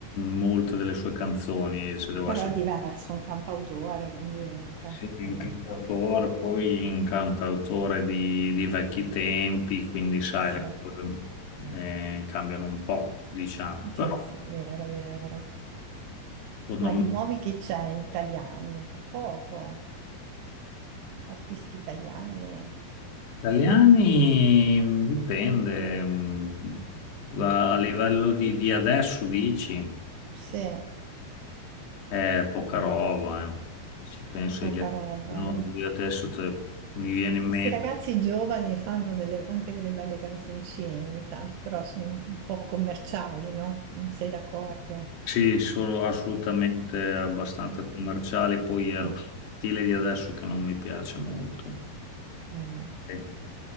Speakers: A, on the left (about 85°); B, on the right (about 80°).
A: molte delle sue canzoni, se devo
B: Però
A: essere
B: è diverso, un cantautore, quindi... Cioè,
A: sì, un
B: ehm,
A: cantautore, poi un cantautore di, di vecchi tempi, quindi sai,
B: sì,
A: le cose eh, cambiano un po', diciamo, però
B: sì, sì, vero, vero.
A: secondo
B: Ah,
A: me.
B: di nuovi che c'è in italiani? Poco. Artisti italiani.
A: Italiani mh, dipende, mh, a livello di, di adesso dici,
B: Sì,
A: è poca roba, eh. Ci penso
B: poca
A: agli
B: roba.
A: no,
B: eh.
A: di adesso te- mi viene in
B: Questi
A: mente,
B: ragazzi giovani fanno delle- anche delle belle canzoncine ogni tanto, però sono un po' commerciali, no? Non sei d'accordo?
A: sì, sono assolutamente
B: Eh,
A: abbastanza commerciali, poi
B: Mm,
A: è lo stile di adesso che non mi piace molto.
B: mm.
A: Sì,